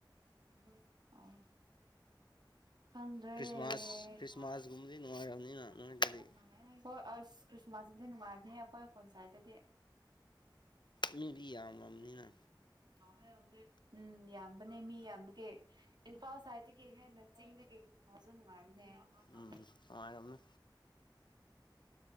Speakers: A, on the right (about 60°); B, on the left (about 65°).
A: ꯌꯨꯝꯁ ꯑꯣ ꯈꯪꯗ꯭ꯔꯦ
B: ꯈ꯭ꯔꯤꯁꯃꯥꯁ
A: ꯑꯦꯐꯤꯁꯥꯔ
B: ꯈ꯭ꯔꯤꯁꯃꯥꯁꯒꯨꯝꯕꯗꯤ ꯅꯨꯡꯉꯥꯏꯔꯝꯅꯤꯅ
A: ꯄꯥꯝꯔꯒ
B: ꯅꯣꯏꯗꯗꯤ
A: ꯆꯞ ꯃꯥꯟꯅꯔꯦ ꯍꯣꯏ ꯑꯁ ꯈ꯭ꯔꯤꯁꯃꯥꯁꯇꯗꯤ ꯅꯨꯡꯉꯥꯏꯕꯅꯤꯍꯦ ꯑꯈꯣꯏ ꯐꯣꯟ ꯁꯥꯏꯗꯇꯗꯤ
B: ꯃꯤꯗꯤ ꯌꯥꯝꯃꯝꯅꯤꯅ
A: ꯀꯥꯎꯍꯦ ꯍꯧꯖꯤꯛ ꯎꯝ ꯌꯥꯝꯕꯅꯦ ꯃꯤ ꯌꯥꯝꯕꯒꯤ ꯏꯝꯐꯥꯜ ꯁꯥꯏꯠꯇꯒꯤ ꯍꯦꯟꯅ ꯆꯤꯡꯗꯒꯤ ꯈ꯭ꯔꯤꯁꯃꯥꯁꯁꯨ ꯅꯨꯡꯉꯥꯏ ꯕꯅꯦ ꯅ ꯑꯃꯒ
B: ꯎꯝ ꯅꯨꯡꯉꯥꯏꯔꯝꯅꯤ